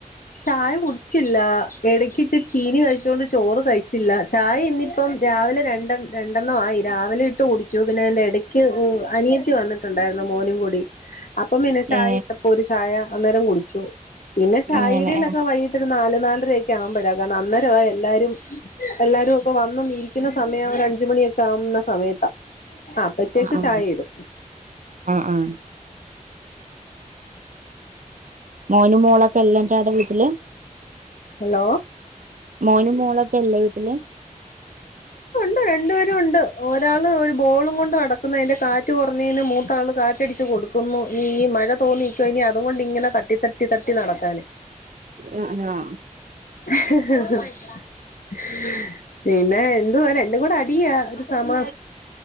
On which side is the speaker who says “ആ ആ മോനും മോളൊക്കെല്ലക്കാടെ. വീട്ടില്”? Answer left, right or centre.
Right